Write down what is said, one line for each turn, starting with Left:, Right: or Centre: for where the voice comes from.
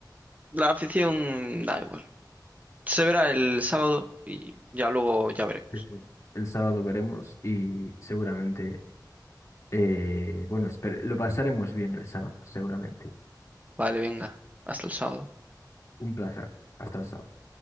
Right: la afición da igual. Se verá el sábado y ya luego ya veremos.
Left: Sí, bueno, El sábado veremos y seguramente, eh, bueno, esper- lo pasaremos bien el sábado, seguramente.
Right: Vale, venga, hasta el sábado.
Left: Un placer. Hasta el sábado.